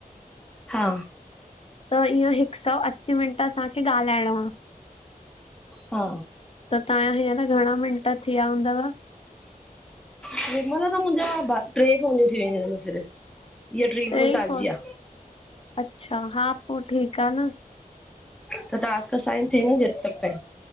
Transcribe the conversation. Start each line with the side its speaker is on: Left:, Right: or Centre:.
Centre: हा।
Left: त इअं हिक सौ अस्सीं मिंट असांखे ॻाल्हाइणो आ।
Centre: हा।
Left: त तहांजा हींअर घणा मिंट थी विया हूंदव?
Centre: हिनमहिल त मुंहिंजा ॿ टे फोनियूं थी वेंदूं आहिन सिर्फ़। इहा टी
Left: टे ई
Centre: तव्हांजी
Left: फोन
Centre: आहे
Left: अच्छा, हा पोइ ठीकु आ न।
Centre: त टास्क असाइन <unintelligible> थ न ज त त